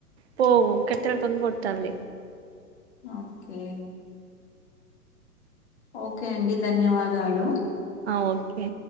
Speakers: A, on the right; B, on the left.
A: పోవు కట్టాలతోని కొట్టాలి.
B: ఓకే. ఓకే అండి ధన్యవాదాలు.
A: ఆహ్ ఓకే.